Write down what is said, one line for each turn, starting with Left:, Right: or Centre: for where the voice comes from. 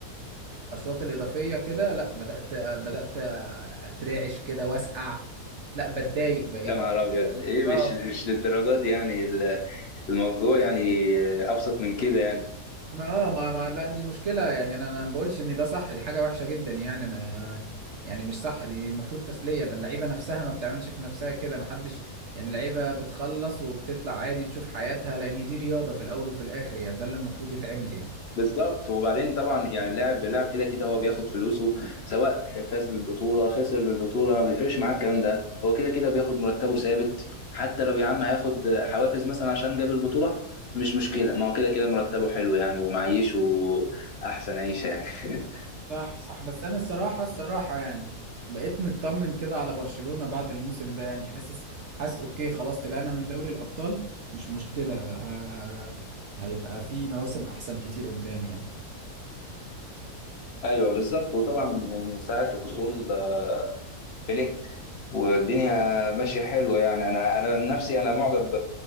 Right: اشواط الاضافيه كده لا بدات بدات اترعش كده واسقع لا بتضايق بقيت
Left: يا نهار أبيض إيه
Right: اه
Left: مش مش للدرجة دي يعني ال- الموضوع يعني آه، أبسط من كده يعني
Right: ما اه ما, ما لا دي مشكله يعني انا انا ما بقولش ان ده صح دي حاجه وحشه جدا يعني انا يعني مش صح دي المفروض تسليه ده اللعيبه نفسها ما بتعملش في نفسها كده ما حدش يعني اللعيبه بتخلص وبتطلع عادي تشوف حياتها لان دي رياضه في الاول وفي الاخر يعني ده اللي المفروض يتعمل يعني
Left: بالظبط وبعدين طبعا يعني اللاعب اللاعب كده كده هو بياخد فلوسه سواء فاز بالبطوله خسر بالبطوله ما بيفرقش معاه الكلام ده هو كده كده بياخد مرتبه ثابت حتى لو يا عم هياخد حوافز مثلا عشان جاب البطوله مش مشكله ما هو كده كده مرتبه حلو يعني ومعيشه احسن عيشه يعني <laughs>
Right: صح صح بس انا الصراحه الصراحه يعني بقيت مطمن كده على برشلونه بعد الموسم ده يعني حاسس حاسس اوكي خلاص طلعنا من دوري الابطال مش مشكله ه... ه- هيبقى في مواسم احسن كتير قدام يعني
Left: ايوه بالظبط وطبعا من ساعه وصول آه، فليك والدنيا ماشيه حلوه يعني انا انا عن نفسي انا معجب